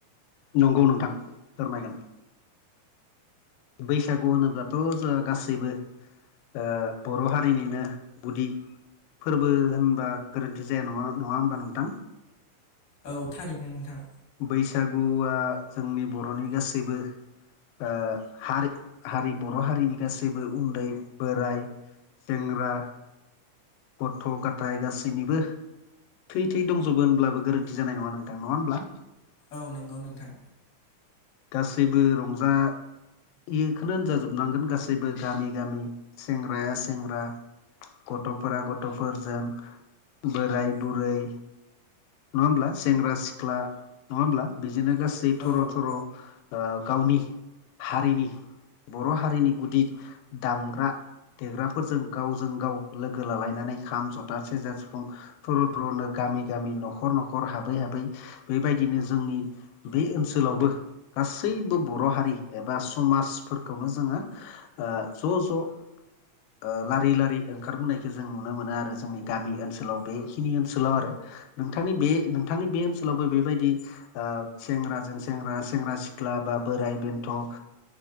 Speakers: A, on the left (about 85°); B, on the left (about 50°).
A: नंगौ नोंथां फोरमायगोन। बैसागु होनोब्लाथ' जों गासैबो ओ बर' हारिनिनो गुदि फोरबो होनबा गोरोन्थि जाया नङा नङा होमबा नोंथां?
B: औ थारैनो नोंथां।
A: बैसागुआ जोंनि बर'नि गासैबो ओ हारि हारि बर' हारिनि गासैबो उन्दै बोराइ सेंग्रा गथ' गथाय गासैनिबो थै थै दंजोबो होनब्लाबो गोरोन्थि जानाय नङा नोंथां नङा होनब्ला?
B: औ नंगौ नोंथां।
A: गासैबो रंजा यो खोनो होनजाजोबनांगोन गासैबो गामि गामि सेंग्राया सेंग्रा गथ'फोरा गथ'फोरजों बोराय बुरै नङा होमब्ला? सेंग्रा सिख्ला नङा होमब्ला? बिदिनो गासै थर'
B: औ
A: थर' ओ गावनि हारिनि बर' हारिनि गुदि दामग्रा देग्राफोरजों गावजों गाव लोगो लालायनानै खाम, जथा, सेरजा, सिफुं थुर' थुर'नो गामि गामि न'खर न'खर हाबै हाबै बेबायदिनो जोंनि बे ओनसोलावबो गासैबो बर' हारि एबा समाजफोरखौनो जोङो ओ ज' ज' ओ लारि लारि ओंखारबोनायखौ जों नुनो मोनो आरो जोंनि गामि ओनसोलाव बेखिनि ओनसोलाव आरो। नोंथांनि बे नोंथांनि बे ओनसोलावबो बेबायदि सेंग्राजों सेंग्रा सेंग्रा सिख्ला बा बोराइ बेन्थ' ओ